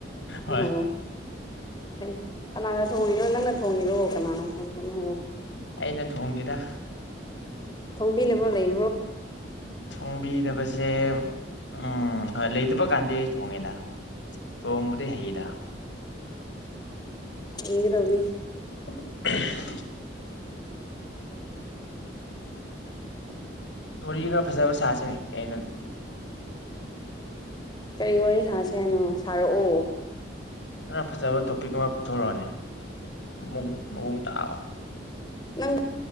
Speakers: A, on the left (about 75°); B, on the left (about 20°).
A: ꯍꯣꯏ
B: ꯑꯣ ꯐꯩ ꯀꯅꯥꯅ ꯊꯣꯡꯉꯤꯅꯣ ꯅꯪꯅ ꯊꯣꯡꯉꯤꯔꯣ ꯀꯅꯥꯅ ꯊꯣꯡꯕꯅꯣ
A: ꯑꯩꯅ ꯊꯣꯡꯗꯦꯗ
B: ꯐꯣꯡꯕꯤꯅꯕ ꯂꯩ
A: ꯊꯣꯡꯕꯤꯅꯕꯁꯦ ꯎꯝ ꯍꯣꯏ ꯂꯩꯇꯕ ꯀꯥꯟꯗꯦ ꯊꯣꯡꯉꯦꯗ ꯊꯣꯡꯕꯗꯤ ꯍꯩꯗ
B: ꯌꯦꯒꯗꯧꯕꯅꯤ
A: <unintelligible> ꯇꯣꯔꯤ ꯈꯔ ꯐꯖꯕ ꯁꯥꯁꯤꯅꯦ ꯀꯩꯅꯅꯦ
B: ꯀꯔꯤ ꯋꯥꯔꯤ ꯁꯥꯁꯦ ꯍꯥꯏꯅꯣ ꯁꯥꯔꯛꯑꯣ
A: ꯈꯔ ꯐꯖꯕ ꯇꯣꯄꯤꯛ ꯑꯃ ꯄꯨꯊꯣꯔꯛꯑꯣꯅꯦ ꯃꯑꯣꯡ ꯃꯑꯣꯡ ꯇꯥꯕ
B: ꯅꯪ